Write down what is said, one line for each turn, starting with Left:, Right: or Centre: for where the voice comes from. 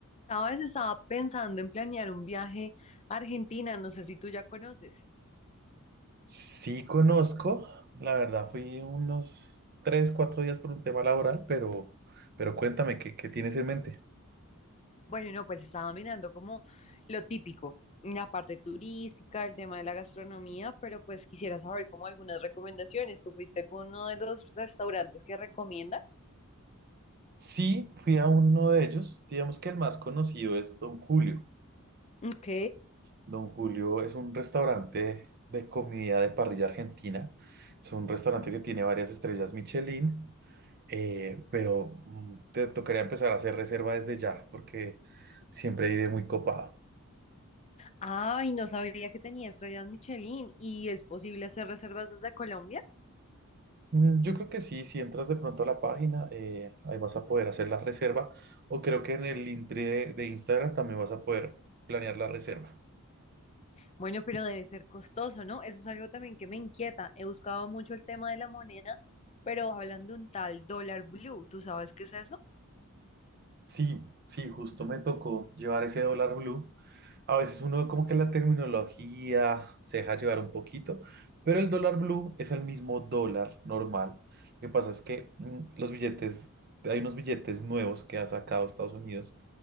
Left: Sabes, estaba pensando en planear un viaje a Argentina, no sé si tú ya conoces.
Right: Sí conozco, la verdad fui unos tres, cuatro días por un tema laboral, pero, pero cuéntame, ¿qué, qué tienes en mente?
Left: Bueno, no, pues estaba mirando como lo típico, la parte turística, el tema de la gastronomía, pero pues quisiera saber como algunas recomendaciones. ¿Tú fuiste a alguno de los restaurantes que recomienda?
Right: Sí, fui a uno de ellos, digamos que el más conocido es Don Julio.
Left: Ok.
Right: Don Julio es un restaurante de comida de parrilla argentina, es un restaurante que tiene varias estrellas Michelin, eh, pero mm, te tocaría empezar a hacer reserva desde ya, porque siempre vive muy copado.
Left: Ay, no sabía que tenía estrellas Michelin y es posible hacer reservas desde Colombia.
Right: Mm, Yo creo que sí, si entras de pronto a la página, eh, ahí vas a poder hacer la reserva o creo que en el link de, de Instagram también vas a poder planear la reserva.
Left: Bueno, pero debe ser costoso, ¿no? Eso es algo también que me inquieta. He buscado mucho el tema de la moneda, pero hablan de un tal dólar blue, ¿tú sabes qué es eso?
Right: Sí, sí, justo me tocó llevar ese dólar blue. A veces uno como que la terminología se deja llevar un poquito, pero el dólar blue es el mismo dólar normal. Lo que pasa es que mm, los billetes, hay unos billetes nuevos que ha sacado Estados Unidos